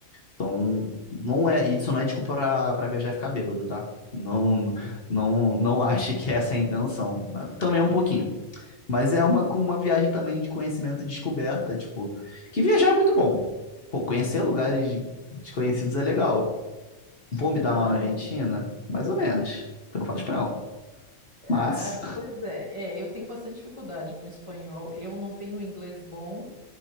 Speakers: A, on the left; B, on the right.
A: Então, não é, isso não é desculpa pra, pra viajar e ficar bêbado, tá? Não, não, não ache que essa é a intenção. Mas Também é um pouquinho.
B: Sim,
A: Mas é uma, uma viagem também de conhecimento e descoberta, tipo, que viajar é muito bom. Pô, conhecer
B: nossa,
A: lugares desconhecidos é legal. Vou
B: demais.
A: me dar mal na Argentina? Mais ou menos, porque eu não falo espanhol.
B: Ah,
A: Mas,
B: pois é, é, eu tenho bastante dificuldade com espanhol. Eu não tenho inglês bom,